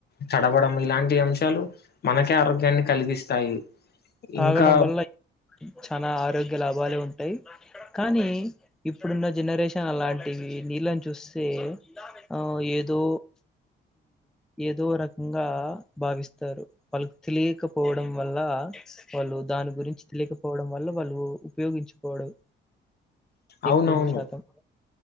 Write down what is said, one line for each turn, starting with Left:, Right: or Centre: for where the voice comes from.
Left: చడవడం ఇలాంటి అంశాలు మనకే ఆరోగ్యాన్ని కలిగిస్తాయి
Centre: తాగడం
Left: ఇంకా
Centre: వల్ల చాల ఆరోగ్య లాభాలు అవ్వాల ఉంటాయి కానీ ఇప్పుడున్న జనరేషన్ అలాంటివి నీళ్ళని చూస్తే ఆ ఏదో ఏదో రకంగా భావిస్తారు వాళ్ళకి తెలియకపోవడం వల్ల వాళ్ళు దాని గురించి తెలియకపోవడం వల్ల వాళ్ళు ఉపయోగించుకోవడం
Left: అవునవును
Centre: ఎక్కువ శాతం